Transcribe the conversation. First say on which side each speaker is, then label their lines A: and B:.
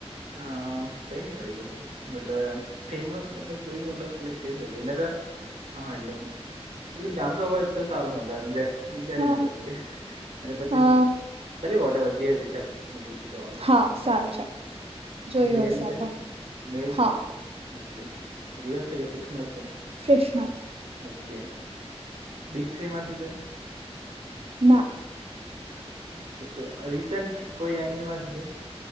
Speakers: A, on the right; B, on the right.
A: આ કઈ ની હોય પછી મતલમ એમ ફેમસ મતલબ કોઈ મતલબ સિલેક્ટ કરી શકે નતર હહ એટલે એમ એટલે જાણતો હોય તો સારું મતલબ એમ જે વિચારીને
B: હા
A: કરજે અને પછી
B: અ
A: ચલી વોટેવર જે હેતે ચલ મેં પૂછું સવાલ.
B: હા સારું ચલ. જોયું
A: મેલ
B: હશે
A: છે
B: આતો
A: મેલ
B: હા.
A: ઓકે રિયલ છે કે ફિક્શનલ છે?
B: ફ્રેશનર.
A: ઓકે બીક થ્રી માથી છે.
B: ના.
A: ઓકે સો રિસેન્ટ કોઈ એનિમીમાંથી છે?